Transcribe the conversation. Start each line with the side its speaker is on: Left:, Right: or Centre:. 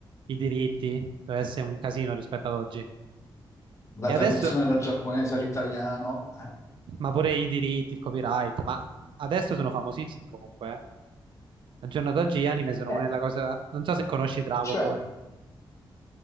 Right: i diritti, deve essere un casino rispetto ad oggi.
Left: La
Right: E
Left: traduzione
Right: adesso,
Left: dal giapponese all'italiano, eh?
Right: ma pure i diritti, il copyright, ma adesso sono famosissimi comunque, eh. Al giorno d'oggi gli anime sono
Left: Eh,
Right: una della cosa... Non so se conosci Dragon
Left: cioè
Right: Ball,